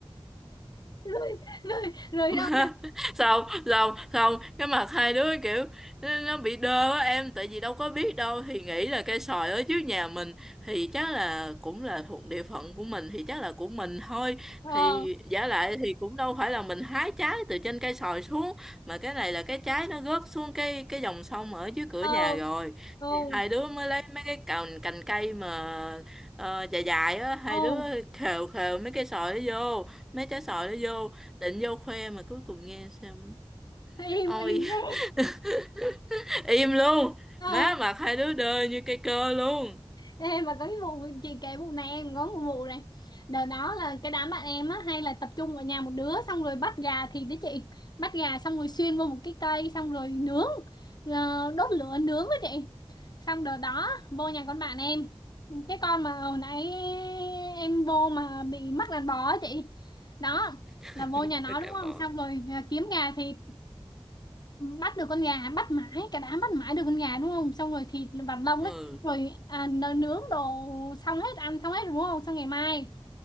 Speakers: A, on the left (about 45°); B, in the centre.
A: <laughs> rồi rồi rồi
B: mà <laughs>
A: đâu nhá.
B: sao sao không cái mặt hai đứa kiểu nó nó bị đơ á em tại vì đâu có biết đâu thì nghĩ là cây xoài ở trước nhà mình thì chắc là cũng là thuộc địa phận của mình thì chắc là của mình thôi
A: ờ
B: thì giả lại thì cũng đâu phải là mình hái trái từ trên cây xoài xuống mà cái này là cái trái nó rớt xuống cái cái dòng sông ở dưới cửa
A: ờ
B: nhà rồi
A: ừ
B: thì hai đứa mới lấy mấy cái cành cành cây mà ờ, dài dài á hai
A: ừ
B: đứa khều khều mấy cây xoài nó vô mấy trái xoài nó vô định vô khoe mà cuối cùng nghe xem
A: im
B: ôi
A: im đấy
B: <laughs> im luôn
A: ờ
B: má mặt hai đứa đơ như cây cơ luôn
A: Ê, mà có cái vụ chị kể vụ này em có một vụ này đợt đó là cái đám bạn em á hay là tập trung ở nhà một đứa xong rồi bắt gà thịt đấy chị bắt gà xong rồi xuyên vô một cái cây xong rồi nướng ờ, đốt lửa nướng đó chị xong đợt đó vô nhà con bạn em cái con mà hồi nãy em vô mà bị mắc đàn bò á chị đó
B: <laughs>
A: là vô nhà nó
B: Tôi
A: đúng
B: cả
A: không
B: bò
A: xong rồi à, kiếm gà thịt bắt được con gà bắt mãi cả đám bắt mãi được con gà đúng không xong rồi thịt và lông ấy
B: ừ
A: rồi à, n- nướng đồ xong hết ăn xong hết đúng không xong ngày mai